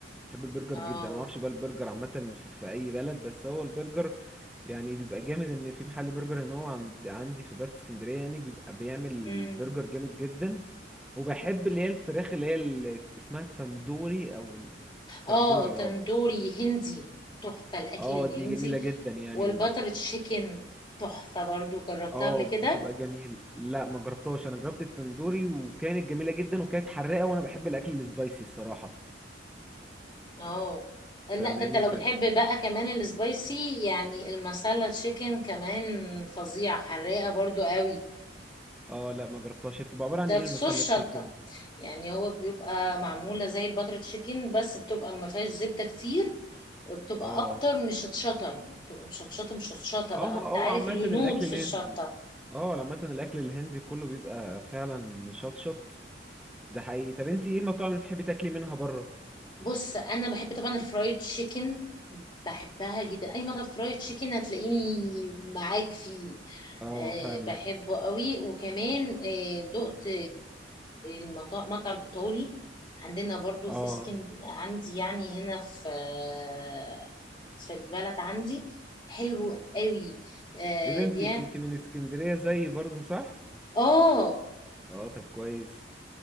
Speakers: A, in the centre; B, on the left (about 25°).
A: بحب البرجر
B: اه
A: جدا انا ما اعرفش بقى البرجر عامه في, في اي بلد بس هو البرجر يعني بيبقى جامد ان في محل برجر ان هو عند عندي في البلد في اسكندريه يعني بيبقى بيعمل
B: امم
A: برجر جامد جدا وبحب اللي هي الفراخ اللي هي اللي اسمها التندوري او التندوري
B: اه تندوري
A: اه
B: هندي تحفة الاكل
A: اه
B: الهندي
A: دي جميله جدا يعني
B: والبتر تشيكن تحفة برضو جربتها
A: اه
B: قبل كده
A: بتبقى جميل لا ما جربتهاش انا جربت التندوري وكانت جميله جدا وكانت حراقه وانا بحب الاكل السبايسي الصراحه
B: اه لا
A: فاهماني
B: ده انت لو
A: فال
B: بتحب بقى كمان السبايسي يعني المسالة تشيكن كمان فظيعة حراقة برضو قوي
A: اه لا ما جربتهاش بتبقى عباره عن
B: ده
A: ايه
B: في
A: المسله
B: صوص
A: تشيكن
B: شطة
A: دي
B: يعني هو بيبقى معمولة زي الباتر تشيكن بس بتبقى ما فيهاش زبدة كتير وبتبقى
A: اه
B: اكتر من الشطشطة يعني بتبقى مشطشطة مشطشطة
A: اه
B: بقى
A: ما
B: وانت
A: هو
B: عارف
A: عامه
B: الهنود
A: الاكل
B: في
A: الهندي
B: الشطة
A: اه عامه الاكل الهندي كله بيبقى فعلا مشطشط ده حقيقي طب انت ايه المطاعم اللي بتحبي تاكلي منها بره
B: بص انا بحب طبعا الفرايد تشيكن بحبها جدا اي مطعم فرايد تشيكن هتلاقيني معاك فيه
A: اه
B: أه
A: فاهمك
B: بحبه قوي وكمان أه دقت المطعم مطعم ايطالي عندنا برضو
A: اه
B: في سكن عندي يعني هنا في آه، في البلد عندي حلو قوي أه
A: ايه ده انت
B: بيعمل
A: انت من اسكندريه زيي برضو صح
B: اه
A: اه طب كويس